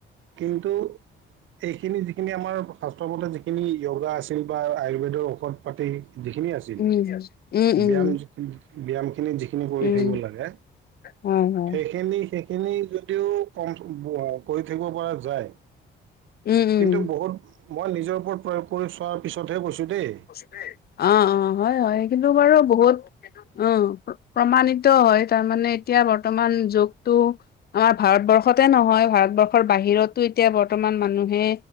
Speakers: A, on the right (about 80°); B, on the left (about 50°).
A: কিন্তু এহ খিনি যিখিনি আমাৰ শ্বাস্ত্ৰৰ মতে যিখিনি য়োগা আছিল বা আয়ুৰ্বেদৰ ঔষধ টেই যিখিনি আছিল।
B: উম উম উম
A: ব্যায়াম ব্যায়ামখিনি যিখিনি কৰি
B: উম
A: থাকিব লাগে
B: হয় হয়
A: সেইখিনি সেইখিনি যদিও কম ব-কৰি থাকিব পৰা যায়
B: উম।
A: কিন্তু
B: উম
A: বহুত মই নিজৰ ওপৰত প্ৰয়োগ কৰি চোৱাৰ পিছতহে কৈছোঁ দেই।
B: অ', অ' হয় হয় কিন্তু বাৰু বহুত অ' প্ৰমানিত হয়, তাৰমানানে এতিয়া বৰ্তমান যুগটো আমাৰ ভাৰতবৰ্ষতে নহয় ভাৰতবৰ্ষৰ বাহিৰতো এতিয়া বৰ্তমান মানুহে